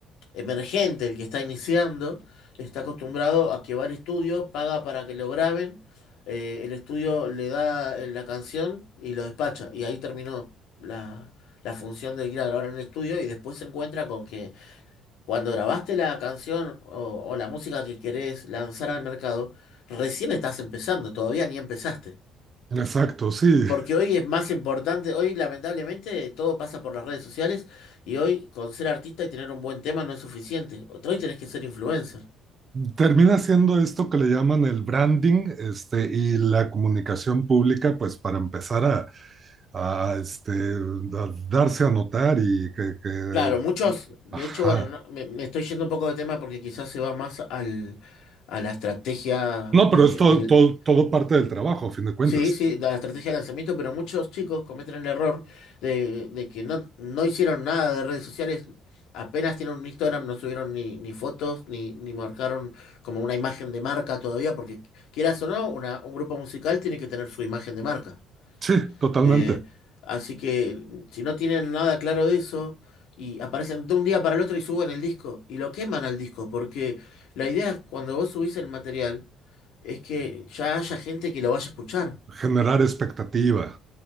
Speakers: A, on the left; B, on the right.
A: emergente, el que está iniciando, está acostumbrado a que va al estudio, paga para que lo graben, eh, el estudio le da eh, la canción y lo despacha, y ahí terminó la... la función de ir a grabar en el estudio y después se encuentra con que cuando grabaste la canción o, o la música que querés lanzar al mercado, recién estás empezando, todavía ni empezaste.
B: Exacto, sí.
A: Porque hoy es más importante, hoy lamentablemente todo pasa por las redes sociales y hoy con ser artista y tener un buen tema no es suficiente. Hoy tenés que ser influencer.
B: Termina siendo esto que le llaman el branding, este, y la comunicación pública, pues para empezar a, a, este, a darse a notar y que, que-
A: Claro, muchos, de
B: ajá.
A: hecho, bueno, no- me, me estoy yendo un poco de tema porque quizás se va más al, a la estrategia
B: No,
A: de,
B: pero es todo,
A: del-
B: todo, todo parte del trabajo, a fin de cuentas.
A: Sí, sí, la estrategia de lanzamiento, pero muchos chicos cometen el error de, de que no, no hicieron nada de redes sociales, apenas tienen un Instagram, no subieron ni, ni fotos, ni, ni marcaron como una imagen de marca todavía, porque quieras o no, una- un grupo musical tiene que tener su imagen de marca.
B: Sí, totalmente.
A: Eh, así que si no tienen nada claro de eso, y aparecen de un día para el otro y suben el disco, y lo queman al disco, porque la idea es cuando vos subís el material, es que ya haya gente que lo vaya a escuchar.
B: Generar expectativa,